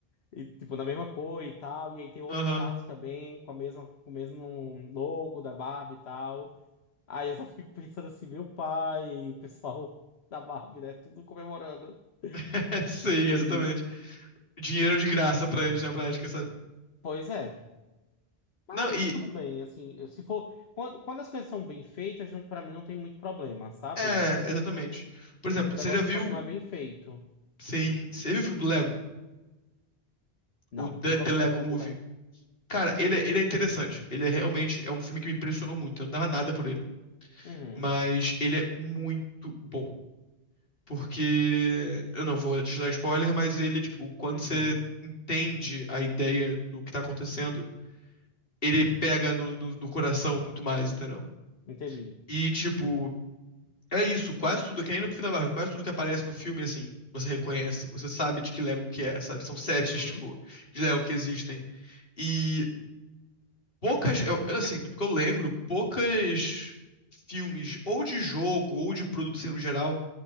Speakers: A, on the left; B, on the left.
A: E, tipo, na mesma cor e tal. E aí tem outros
B: Aham.
A: carros também com a mesma, com o mesmo logo da Barbie e tal. Aí eu só fico pensando assim, meu pai, o pessoal <laughs> da Barbie, né? Tudo comemorando.
B: <laughs> Sim,
A: Isso aí.
B: exatamente. Dinheiro de graça pra eles na prática, sabe?
A: Pois é. Mas
B: Não, e.
A: tudo bem, assim, eu- se for. Quando, quando as coisas são bem feitas, não- pra mim não tem muito problema, sabe?
B: É, exatamente. Por exemplo,
A: O negócio
B: você já viu
A: é quando não é bem feito.
B: Sim, você viu o filme do Lego?
A: Não,
B: O The,
A: nunca
B: The
A: assisti
B: Lego
A: um filme
B: Movie.
A: do Lego.
B: Cara,
A: Não.
B: ele, é- ele é interessante. Ele é realmente é um filme que me impressionou muito. Eu não dava nada por ele,
A: Uhum.
B: mas ele é muito bom. Porque eu não vou te dar spoiler, mas ele, tipo, quando
A: Uhum.
B: você entende a ideia do que tá acontecendo, ele pega no, no, no coração muito mais, entendeu?
A: Entendi.
B: E, tipo, é isso. Quase tudo, que nem no filme da Marvel, quase tudo que aparece no filme, assim, você reconhece. Você sabe de que Lego que é, sabe? São sets,
A: Uhum.
B: tipo, de Lego que existem. E Poucas, eu, eu, assim, do que eu lembro, poucas filmes, ou de jogo, ou de produto assim, no geral,